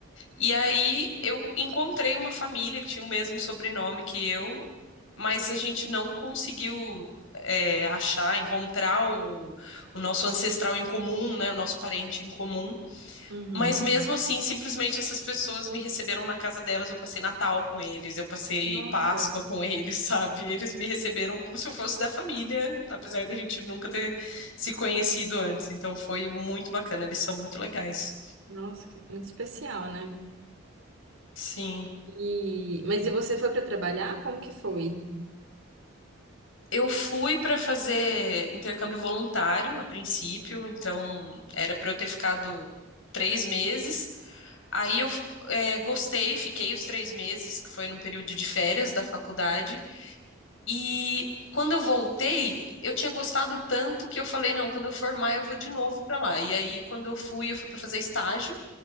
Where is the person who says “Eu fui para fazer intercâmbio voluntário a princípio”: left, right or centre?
Left